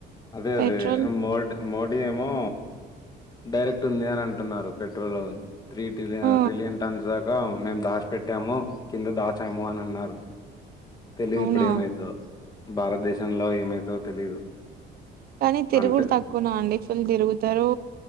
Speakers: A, on the left; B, on the right.
A: అదే
B: పెట్రోల్
A: అదే మోడ్ మోడీ ఏమో డైరెక్ట్ ఉంది అని అంటున్నారు పెట్రోల్ త్రీ టిలి
B: ఆ
A: ట్రిలియన్ టన్స్ మేము దాచిపెట్టాము కింద దాచాము అని అన్నారు. తెలీదు
B: అవునా
A: ఇప్పుడు ఏమవుతదొ భారతదేశంలో ఏమైతదో తెలీదు.
B: కానీ తిరుగుడు
A: అంతే.
B: తక్కువన అండి ఫుల్ తిరుగుతారు.